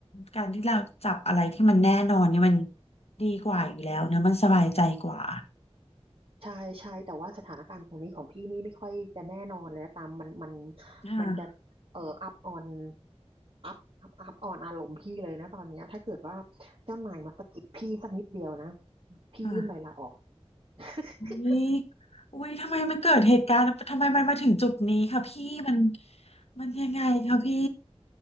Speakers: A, on the left (about 70°); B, on the right (about 55°).
A: การที่เราจับอะไรที่มันแน่นอนเนี่ยมันดีกว่าอยู่แล้วเนอะมันสบายใจกว่า
B: ใช่ใช่แต่ว่าสถานการณ์ตรงนี้ของพี่นี่ไม่ค่อยจะแน่นอนเลยนะตามมันมัน
A: ค่ะ
B: มันจะเอ่ออัพออนอัพอัพอัพออนอารมณ์พี่เลยนะตอนเนี้ยถ้าเกิดว่าเจ้านายมาสะกิดพี่สักนิดเดียวนะพี่ยื่นใบลาออก
A: ค่ะ
B: <laughs>
A: นี่อุ้ยทำไมมันเกิดเหตุการณ์ทำไมมันมาถึงจุดนี้ค่ะพี่มันมันยังไงคะพี่